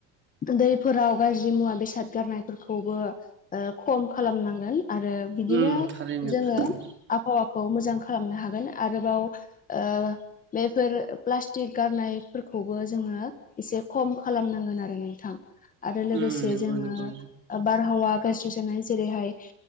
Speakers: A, on the left; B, on the right.
A: दैफोराव गाज्रि मुवा बेसाद द गारनायफोरखौबो ओ खल खालामनांगोन आरो बिदिनो
B: उम थारैनो
A: जोङो
B: थारैनो
A: आबहावाखौ मोजां खालामनो हागोन आरोबाव ओ बेफोर प्लास्टिक गारनायफोरखौबो जोङो एसे खम खालामनांगोन आरो नोंथां आरो लोगोसे
B: उम
A: जोङो
B: नंगौ नंगौ
A: बारहावा गाज्रि जानाय जेरैहाय